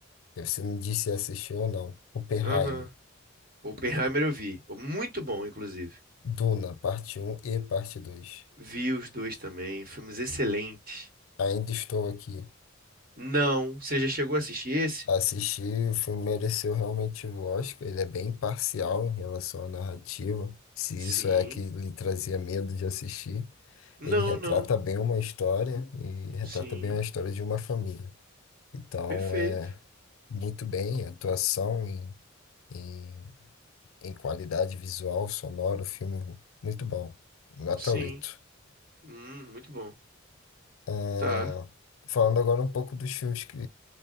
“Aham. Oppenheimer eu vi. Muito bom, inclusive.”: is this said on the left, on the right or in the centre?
Right